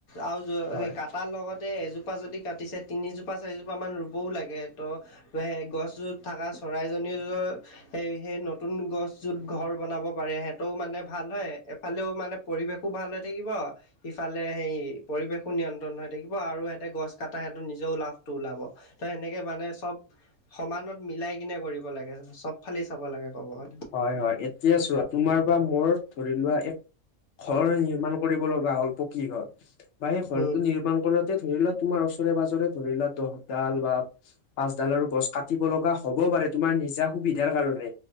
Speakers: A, on the left; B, on the left.
A: আৰু জ
B: হয়।
A: সেই কাটাৰ লগতে এজো এজোপা যদি কাটিছে তিনিজোপা চাৰিজোপামান ৰুবও লাগে তহ সেই গছ যত থকা চৰাইজনীৰ যত, সেই সেই নতুন গছ যত ঘৰ বনাব পাৰে সিহঁতেও মানে ভাল হয়, এফালেও মানে পৰিৱেশো ভাল হৈ থাকিব সিফালে সেই পৰিৱেশো নিয়ন্ত্ৰণ হৈ থাকিব আৰু সিহঁতে গছ কটা সিহঁতৰ নিজৰো লাভটো ওলাব ত' এনেকে মানে চব, সমানত মিলাই কিনে কৰিব লাগে, চব ফালি চাব লাগে ক'ব হ'লে।
B: হয় হয়, এতিয়া চোৱা, তোমাৰ পৰা মোৰ ধৰি লোৱা এক ঘৰ নিৰ্মাণ কৰিব লগা হ'ল, পকী ঘৰ, বা সেই ঘৰটো
A: উম।
B: নিৰ্মাণ কৰাতে ধৰি লোৱা তোমাৰ ওচৰে পাজৰে ধৰি লোৱা, দহডাল বা পাছডালৰ আৰু গছ, কাটিব লগা হ'ব পাৰে, তোমাৰ নিজা সুবিধাৰ কাৰণে,